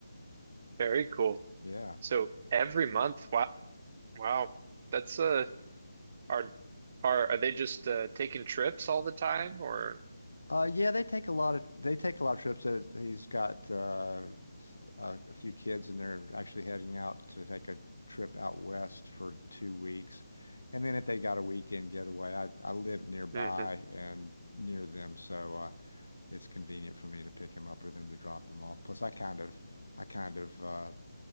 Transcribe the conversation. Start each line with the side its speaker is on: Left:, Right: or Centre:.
Right: Very cool.
Left: Yeah.
Right: So every month, wow, wow, that's uh, are are are they just uh, taking trips all the time or?
Left: Uh, yeah, they take a lot of they take a lot of trips. Uh, He's got uh, a, a few kids, and they're actually heading out to take a trip out west for two weeks. And then if they got a weekend getaway, I I live nearby
Right: Mhm.
Left: and near them, so uh, it's convenient for me to pick him up or them to drop him off. Plus, I kind of I kind of uh,